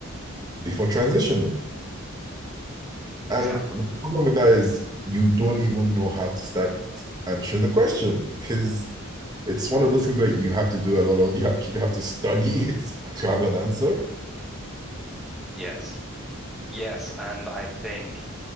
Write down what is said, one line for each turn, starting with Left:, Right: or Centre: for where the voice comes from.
Right: before transitioning?
Centre: Exactly.
Right: And the problem with that is you don't even know how to start answering the question because it's one of those things where you have to do a lot of <laughs> you actually have to study it <laughs> to have an answer.
Centre: Yes. Yes, and I think